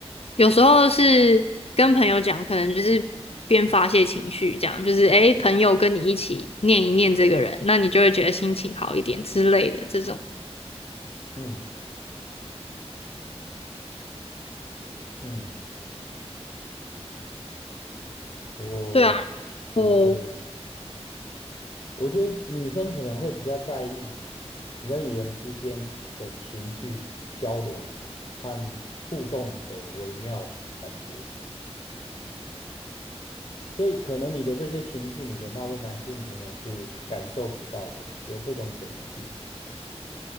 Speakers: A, on the left; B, on the left.
A: 有时候是跟朋友讲，可能就是边发泄情绪，这样就是诶，朋友跟你一起念一念这个人，那你就会觉得心情好一点之类的这种。
B: 嗯嗯，我
A: 对啊，然
B: 觉得。
A: 后
B: 我觉得女生可能会比较在意人与人之间的情绪交流和互动的微妙感觉，所以可能你的这些情绪，你的那位男性朋友是感受不到的，有这种可能性。